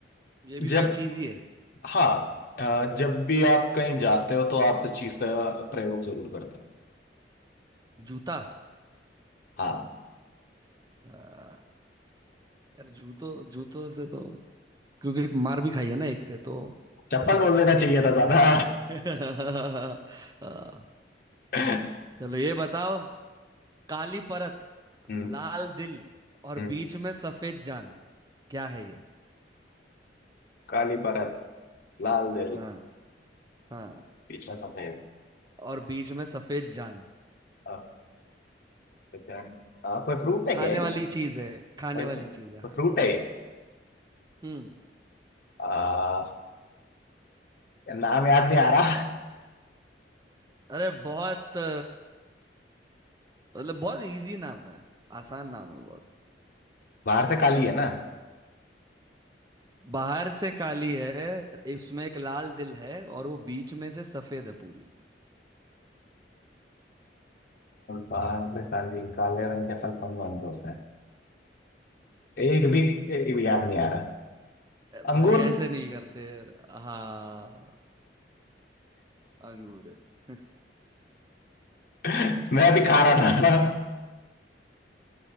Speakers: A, on the right (about 20°); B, on the left (about 55°).
A: ये
B: जब
A: भी कोई चीज ही है
B: हाँ आ, जब भी आप कहीं जाते हो तो आप इस चीज का प्रयोग जरूर करते हो
A: जूता
B: हाँ
A: अ, यार जूतों जूतों से तो क्योंकि मार भी खाई है ना एक से तो
B: चप्पल
A: <laughs>
B: बोल देना चाहिए था ज्यादा
A: <laughs> हाँ,
B: <laughs>
A: चलो ये बताओ काली परत
B: हम्म
A: लाल दिल और
B: हम्म
A: बीच में सफेद जान क्या है ये
B: काली परत लाल दिल
A: हाँ हाँ
B: Geçmez Hasan'ı.
A: और बीच में सफेद जान
B: Ah, एकदम आ, कोई फ्रूट है
A: खाने
B: क्या ये?
A: वाली चीज है खाने
B: कोई
A: वाली
B: से- कोई
A: चीज है हाँ
B: फ्रूट है ये
A: हम्म
B: आ, यार नाम याद नहीं आ रहा
A: अरे बहुत अ, मतलब बहुत इजी नाम है आसान नाम है बहुत
B: बाहर से काली है ना आ,
A: बाहर से काली है इसमें एक लाल दिल है और वो बीच में से सफेद है पूरी
B: बाहर से काली काले रंग के फल कौन कौन से होते हैं एक भी एक भी याद नहीं आ रहा अंगूर
A: भाई ऐसे नहीं करते यार हाँ अंगूर <laughs>
B: <laughs> मैं अभी खा रहा था